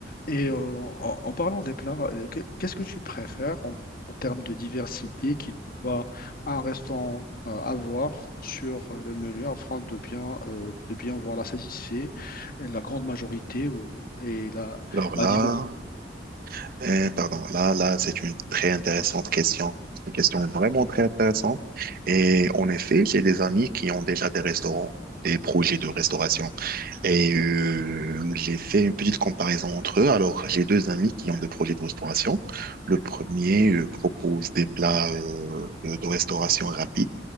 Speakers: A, on the left (about 55°); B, on the right (about 55°).
A: Et euh, en, en parlant des plats, euh, que- qu'est-ce que tu préfères en, en termes de diversité qu'il doit un restaurant euh, avoir sur euh, le menu afin de bien euh, de bien voilà satisfaire la grande majorité ou, et la,
B: alors là
A: la diversité.
B: Euh, pardon, là, là, c'est une très intéressante question. Une question vraiment très intéressante. Et en effet, j'ai des amis qui ont déjà des restaurants, des projets de restauration. Et euh, j'ai fait une petite comparaison entre eux. Alors, j'ai deux amis qui ont des projets de restauration. Le premier euh, propose des plats euh, de, de restauration rapide,